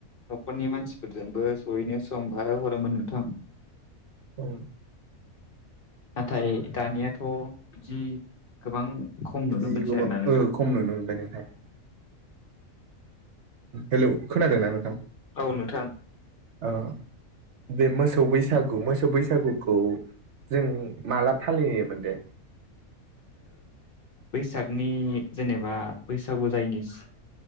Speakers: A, on the left; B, on the right.
A: न'खरनि मानसिफोरजोंबो जयैनो सम बारो हरोमोन नोंथां।
B: औ
A: नाथाय दानियाथ' बिदि गोबां खम
B: बिदि
A: नुनो मोनसै
B: गोबां
A: आरोना नोंथां।
B: ओ खम नुनो मोनबाय नोंथां हेल' खोनादोंना नोंथां?
A: औ नोंथां।
B: औ। बे मोसौ बैसागु मोसौ बैसागुखौ जों माला फालियोमोन दे।
A: बैसागनि जेनेबा बैसागु जायैनि सि